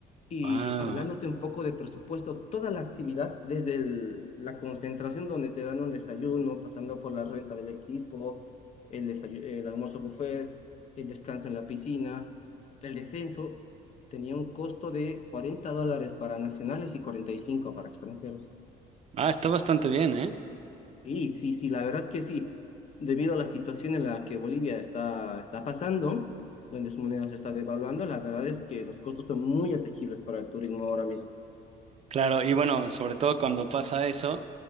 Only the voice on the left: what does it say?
Y
hablándote un poco de presupuesto, toda la actividad, desde el- la concentración donde te dan un desayuno, pasando por la renta del equipo, el desayu- el almuerzo buffet, el descanso en la piscina, el descenso, tenía un costo de 40 dólares para nacionales y 45 para extranjeros.
Sí, sí, sí, la verdad que sí. Debido a la situación en la que Bolivia está, está pasando, donde su moneda se está devaluando, la verdad es que los costos son muy asequibles para el turismo ahora mismo.